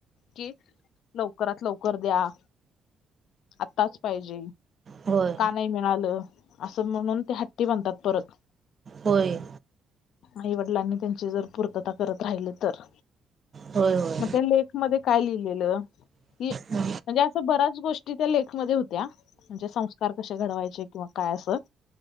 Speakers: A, on the left (about 80°); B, on the right (about 40°).
A: की लवकरात लवकर द्या. आत्ताच पाहिजे
B: होय.
A: का नाही मिळालं असं म्हणून ते हट्टी बनतात परत
B: होय.
A: आई वडिलांनी त्यांची जर पूर्तता करत राहिले तर
B: होय, होय.
A: मग त्या लेख मध्ये काय लिहिलेलं? की,
B: हा
A: म्हणजे असं बऱ्याच गोष्टी त्या लेख मध्ये होत्या म्हणजे संस्कार कसे घडवायचे किंवा काय अस.